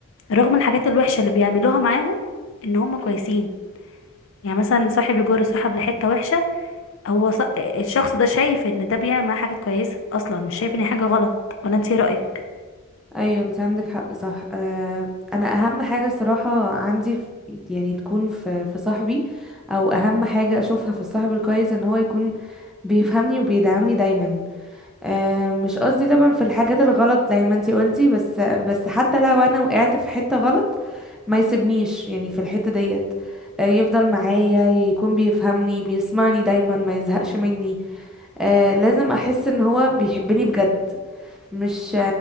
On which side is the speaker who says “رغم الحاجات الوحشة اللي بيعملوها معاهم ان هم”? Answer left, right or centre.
Left